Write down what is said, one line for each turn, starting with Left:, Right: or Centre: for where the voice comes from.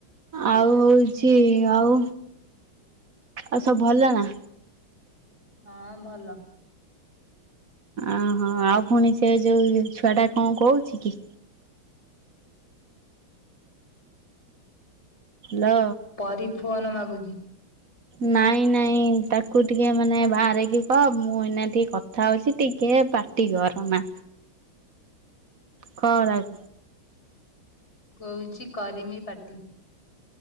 Right: ଆଉ ହଉଛି ଆଉ ଆଉ ସବୁ ଭଲ ନା।
Left: ହଁ ଭଲ।
Right: ଆ ହଁ ଆଉ ପୁଣି ସେ ଯୋଉ ଛୁଆଟା କଣ କହୁଛି କି? ଲୋ
Left: ପରି ଫୋନ ମାଗୁଛି।
Right: ନାଇଁ ନାଇଁ ତାକୁ ଟିକେ ମାନେ ବାହାରିକି କହ ମୁଁ ଏଇନା ଟିକେ କଥା ହଉଛି ଟିକେ ପାଟି ଗରନା ଖରାପ।
Left: କହୁଛି କରିମି ପାଟି।